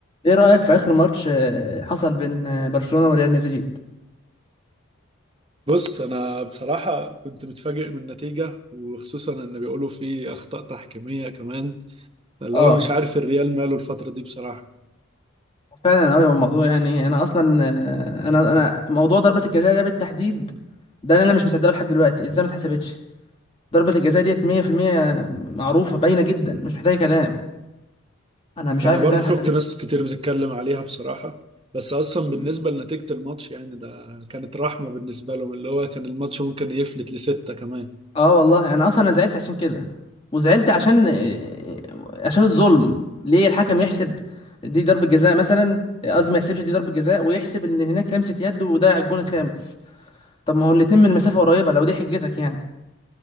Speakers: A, on the left (about 25°); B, on the right (about 25°).
A: ايه رأيك في اخر ماتش آه، حصل بين آه، برشلونة وريال مدريد
B: بص انا بصراحه كنت متفاجئ من النتيجه وخصوصا ان بيقولوا في اخطاء تحكيميه كمان اللي
A: اه
B: هو مش عارف الريال ماله الفتره دي بصراحه
A: فعلا قوي الموضوع يعني انا اصلا آه، انا انا موضوع ضربة الجزاء ده بالتحديد ده انا مش مصدقه لحد دلوقتي ازاي ما اتحسبتش ضربة الجزاء ديت 100% معروفة باينة جدا مش محتاجة كلام انا مش
B: انا
A: عارف
B: برضو
A: ازاي ما اتحسبتش
B: شفت ناس كتير بتتكلم عليها بصراحه بس اصلا بالنسبه
A: مم.
B: لنتيجه الماتش يعني ده كانت رحمه بالنسبه لهم اللي هو كان الماتش ممكن يفلت لسته كمان
A: اه والله انا اصلا انا زعلت عشان كده وزعلت عشان آه، آه، عشان الظلم ليه الحكم يحسب دي ضربة جزاء مثلا آه، قصدي ما يحسبش دي ضربة جزاء ويحسب ان هناك لمسة يد وضيع الجون الخامس طب ما هو الاتنين من مسافة قريبة لو دي حجتك يعني